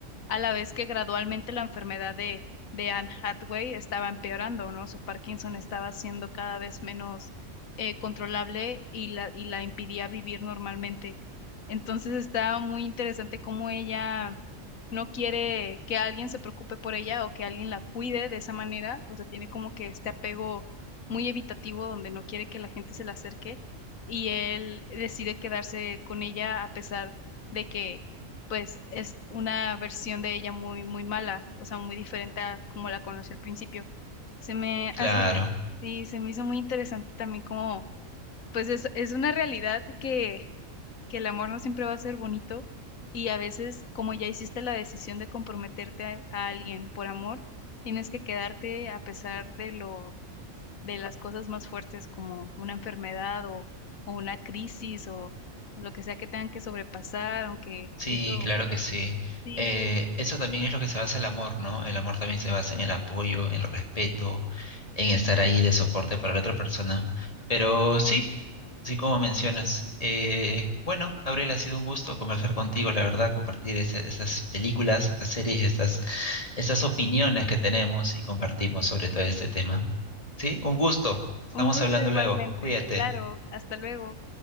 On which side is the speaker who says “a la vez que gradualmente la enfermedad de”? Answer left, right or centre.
Left